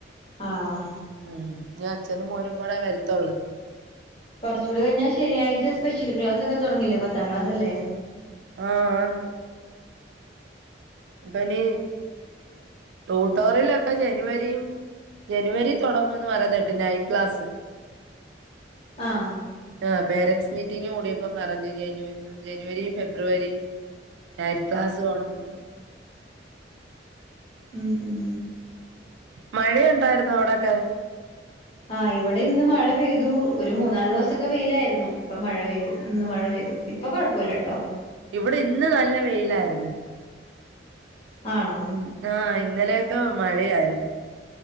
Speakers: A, on the left; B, on the right.
A: ആഹ്
B: ഉം ഇഞ്ഞ് അച്നും മോനും കൂടെ വരത്തുള്ളൂ
A: കുറച്ചൂടെ കഴിഞ്ഞാ ശനിയാഴ്ച്ച സ്പെഷ്യൽ ക്ലാസ് ഒക്കെ തുടങ്ങില്ലേ പത്താം ക്ലാസ്സ് അല്ലെ
B: ആഹ് ആന്ന് ഇപ്പ ഇനി ട്യൂട്ടോറിയലൊക്കെ ജനുവരിം ജനുവരി തുടങ്ങുന്ന് പറയുന്നകേട്ടു നൈറ്റ് ക്ലാസ്
A: ആഹ്
B: ആ പേരൻ സ് മീറ്റിംഗ് കൂടിയപ്പ പറഞ്ഞു ജനുവ ജനുവരി ഫെബ്രുവരി നൈറ്റ്‌ ക്ലാസ് തുടങ്ങുന്ന്
A: ഉം ഉം
B: മഴേ ണ്ടായിരുന്നോ അവിടെ ക്കെ
A: ആഹ് ഇവിടെ ഇന്ന് മഴ പെയ്തു ഒരു മൂന്നാല് ദിവസൊക്കെ വെയിലായിരുന്നു ഇപ്പം മഴ പെയ്തു ഇന്ന് മഴ പെയ്തു ഇപ്പൊ കൊഴപ്പയില്ല ട്ടോ
B: ഇവിട ഇന്ന് നല്ല വെയിലായിര്ന്ന്
A: ആണോ
B: ഉം ആഹ് ഇന്നലെയൊക്കെ മഴയായിരുന്നു